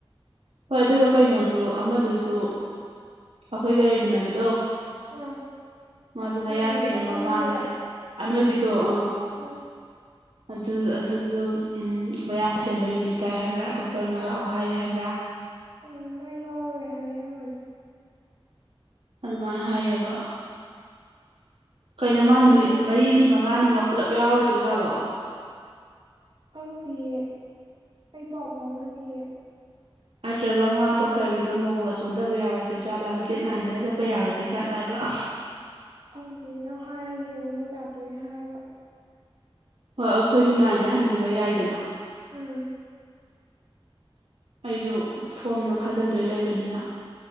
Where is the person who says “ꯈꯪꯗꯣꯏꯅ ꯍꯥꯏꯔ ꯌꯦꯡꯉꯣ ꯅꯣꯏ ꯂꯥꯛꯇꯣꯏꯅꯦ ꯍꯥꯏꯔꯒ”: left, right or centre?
Right